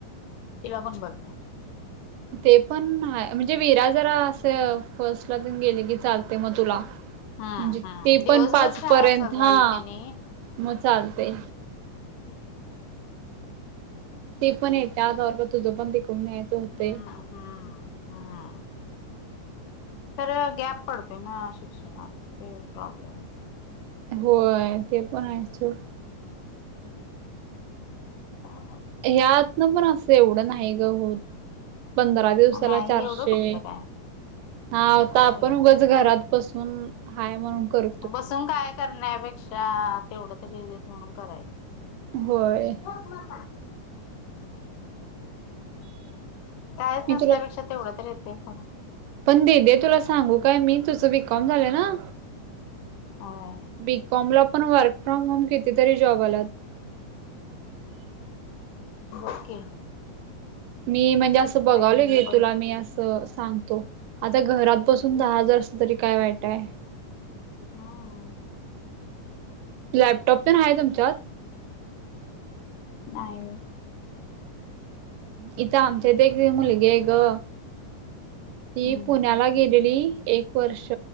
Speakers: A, on the left (about 75°); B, on the right (about 80°).
A: ति लागून बघ ना
B: ते पण म्हणजे वीरा जरा असे फर्स्टला गेले की चालते मग तुला
A: हम्म
B: म्हणजे
A: हम्म
B: ते
A: दिवसभर
B: पण पाच
A: शाळा
B: पर्यंत
A: चालू झाली
B: हा
A: की नाही
B: मग चालते ते पण आहे त्या आवर तुझं पण तिकून न्यायचं होत
A: हम्म हम्म हम खर गॅप पडतोय ना शिक्षणात ते प्रॉब्लेम
B: होय ते पण आहे सूड
A: ह
B: ह्यात ना पण असं एवढं नाही ग होत पंधरा दिवसाला
A: नाही
B: चारशे
A: एवढं कुठलं काय
B: हाता
A: होय
B: आपण घरात बसून हायणून कर
A: बसून काय करण्यापेक्षा तेवढं तरीेत म्हणून करायचं
B: होय
A: हम् कायच
B: मी
A: नसल्यापेक्षा
B: तुला
A: तेवढं तर येते पण
B: पण दे दे तुला सांगू काय मी तुझं विकम झालं ना
A: हो
B: बीकॉम ला पण वर्क फ्रॉम होम किती तरी जॉब आलात
A: वकिंग.
B: मी म्हणजे असं बघावलं
A: पेमेंट
B: घे
A: पडत
B: तुला मी अस. सांगतो आता घरात बसून दहा हजार असलं तरी काय वाईट आहे.
A: हम.
B: लॅपटॉप पण आहे तुमच्यात.
A: नाही.
B: इथं आमच्या इथ एक मुलगी आहे ग. ती
A: हम्म
B: पुण्याला गेलेली एक वर्ष